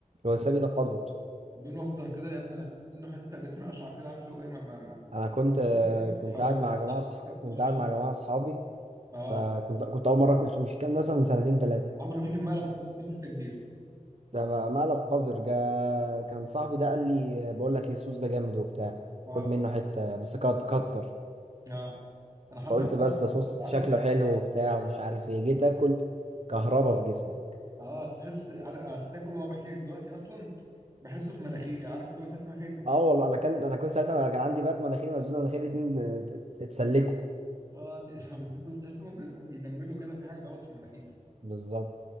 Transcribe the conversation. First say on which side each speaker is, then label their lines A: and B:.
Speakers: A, on the right; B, on the right.
A: الوسابي ده قذر
B: لونه اخضر كده يا ابني انا اكلت منه حته جسمي اشعر كده عارف اللي هو ايه ما ما ما
A: انا كنت آه،
B: حط كل
A: كنت
B: الحواجز
A: قاعد مع جماعه صح...
B: تحس
A: كنت
B: ولا
A: قاعد
B: شيء
A: مع جماعه اصحابي
B: اه
A: فكنت كنت اول مره اكل سوشي كان مثلا من سنتين ثلاثه
B: عملوا فيك المقلب خليك حته كبيره
A: ده م- مقلب قذر جا كان صاحبي ده قال لي بقول لك ايه الصوص ده جامد وبتاع
B: اه
A: خد منه حته بس كت- كتر
B: اه انا حصل
A: فقلت بس
B: نفس الموقف
A: ده صوص
B: بس عارف
A: شكله حلو وبتاع ومش عارف ايه جيت اكل كهربا في جسمي
B: اه تحس عارف أنا أصل ده كل ما بحكي لك دلوقتي اصلا بحسه في مناخيري عارف اللي هو تحس مناخيرك بتنم
A: اه والله انا كان انا كنت ساعتها كان عندي برد مناخيري مسدود مناخيري الاتنين ات- ات- اتسلكوا
B: اه دي <laughs> بس تحس إنه بي- بينملوا كده في حاجه غلط في المناخير
A: بالظبط